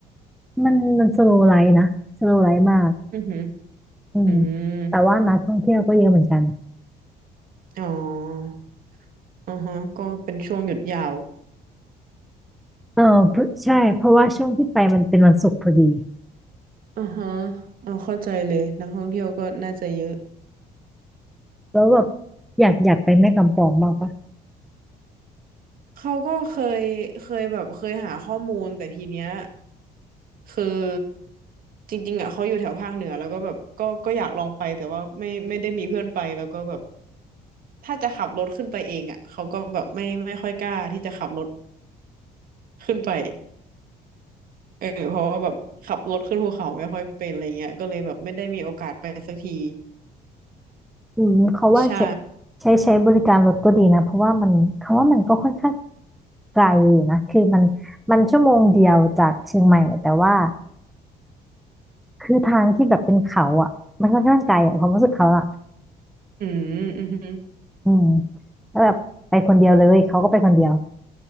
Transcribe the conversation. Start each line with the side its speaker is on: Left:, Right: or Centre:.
Centre: มันมันสโลว์ไลฟ์นะสโลว์ไลฟ์มาก
Right: อือฮึ
Centre: อืม
Right: อืม
Centre: แต่ว่านักท่องเที่ยวก็เยอะเหมือนกัน
Right: อ๋อ อ่าฮะ ก็เป็นช่วงหยุดยาว
Centre: เออเพิ่งใช่เพราะว่าช่วงที่ไปมันเป็นวันศุกร์พอดี
Right: อ่าฮะเอาเข้าใจเลยนักท่องเที่ยวก็น่าจะเยอะ
Centre: แล้วแบบอยากอยากไปแม่กำปองบ้างปะ
Right: เขาก็เคยเคยแบบเคยหาข้อมูลแต่ทีเนี้ยคือจริงๆอ่ะเขาอยู่แถวภาคเหนือแล้วก็แบบก็ก็อยากลองไปแต่ว่าไม่ไม่ได้มีเพื่อนไปแล้วก็แบบถ้าจะขับรถขึ้นไปเองอ่ะเขาก็แบบไม่ไม่ค่อยกล้าที่จะขับรถขึ้นไปเออเพราะว่าแบบขับรถขึ้นภูเขาไม่ค่อยเป็นอะไรเงี้ยก็เลยแบบไม่ได้มีโอกาสไปสักที
Centre: อืมเขาว่าจะ
Right: ใช่
Centre: ใช้ใช้บริการรถก็ดีนะเพราะว่ามันเขาว่ามันก็ค่อนข้างไกลอยู่นะคือมันมันชั่วโมงเดียวจากเชียงใหม่แต่ว่าคือทางที่แบบเป็นเขาอ่ะมันค่อนข้างไกลอะความรู้สึกเขาอ่ะ
Right: อืมอืม
Centre: อืมแล้วแบบไปคนเดียวเลยเขาก็ไปคนเดียว